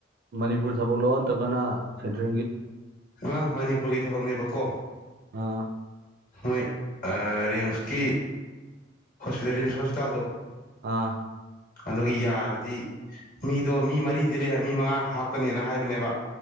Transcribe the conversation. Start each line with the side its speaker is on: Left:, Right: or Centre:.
Right: ꯃꯅꯤꯄꯨꯔ ꯊꯕꯛ ꯂꯣ ꯅꯠꯇ꯭ꯔꯒꯅ ꯁꯦꯟꯇ꯭ꯔꯦꯜꯒꯤ
Left: ꯑ ꯃꯅꯤꯄꯨꯔꯒꯤ ꯊꯕꯛꯅꯦꯕ ꯀꯣ
Right: ꯑꯥ
Left: ꯃꯣꯏ ꯔꯤꯝꯁꯀꯤ ꯍꯣꯁꯄꯤꯇꯥꯜ ꯔꯤꯝꯁ ꯍꯁꯄꯤꯇꯥꯜꯗꯣ
Right: ꯑꯥ
Left: ꯑꯗꯨꯒꯤ ꯌꯥꯔꯗꯤ ꯃꯤꯗꯣ ꯃꯤ ꯃꯔꯤꯗꯤ ꯂꯩ ꯍꯥꯏ ꯃꯤ ꯃꯉꯥ ꯍꯥꯞꯀꯅꯦꯅ ꯍꯥꯏꯕꯅꯦꯕ